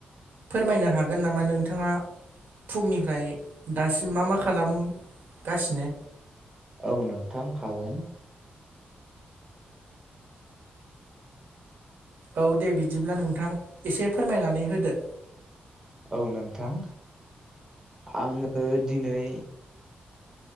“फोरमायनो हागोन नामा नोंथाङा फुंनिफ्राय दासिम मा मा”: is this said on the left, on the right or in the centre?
Right